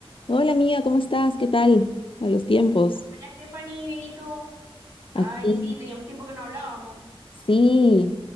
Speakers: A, on the left; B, on the right.
A: Hola amiga, ¿cómo estás? ¿Qué tal? A los tiempos.
B: Hola, Stephanie, bien, ¿y tú? Ay,
A: Aquí,
B: sí, teníamos tiempo que no hablábamos.
A: sí.